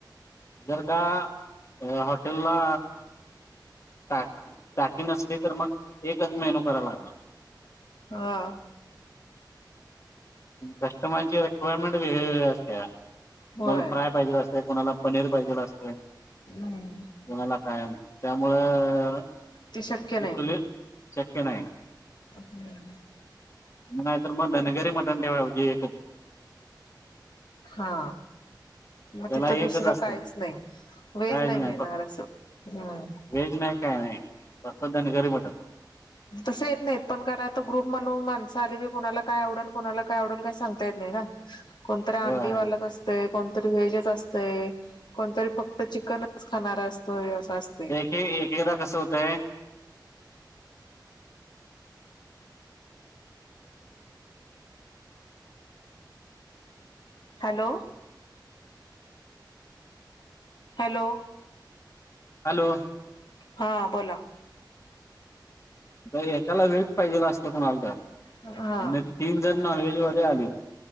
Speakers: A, on the left (about 40°); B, on the left (about 70°).
A: जर का हॉटेल ला टॅक टॅकी नसली तर मग एकच मेनू करायला लागतो
B: हा
A: कस्टमरची रिक्वायरमेंट वेगळेवेगळे असते तुम्हाला
B: होय
A: फ्राय पाहिजे असते. कोणाला पनीर पाहिजे असतंय
B: हम्म
A: कुणाला काय त्यामुळे
B: ते शक्य
A: चुलीवर शक्य नाही.
B: हम्म
A: नाही तर मग धनगरी मटन ठेवाया
B: हा मग
A: त्याला
B: तिथं दुसरं
A: एकच असते
B: काहीच नाही व्हेज
A: कायच
B: नाही मिळणार
A: फक्त
B: असं हम्म
A: व्हेज नाही काय नाही नुसतं धनगरी मटण फक्त त्याने
B: तसं येत नाहीत पण कारण आता ग्रुप म्हणून माणसं आलेली कुणाला काय आवडल कोणाला काय आवडल काय सांगता येत नाही ना कोणतरी अंडीवालाच
A: होय
B: असतंय कोणतरी व्हेजच असतंय कोणतरी फक्त चिकनच खाणारा असतोय असं असतंय.
A: हे एकेकदा कसं होतंय.
B: हॅलो हॅलो
A: हॅलो
B: हा बोला
A: किंवा एकाला व्हेज पाहिजे असतंय कोणाला तर
B: हा
A: आणि तीन जण नॉन व्हेजवाले आले